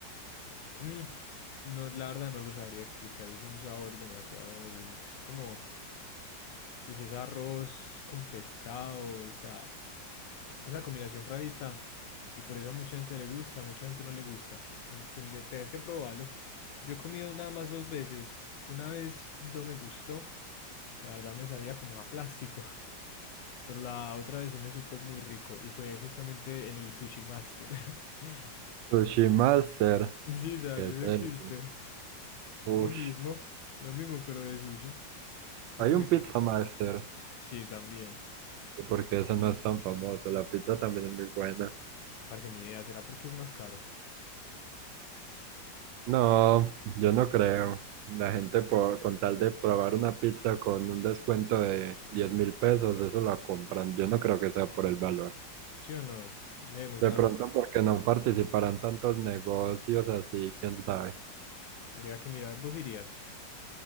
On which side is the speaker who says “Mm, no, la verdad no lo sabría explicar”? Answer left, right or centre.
Left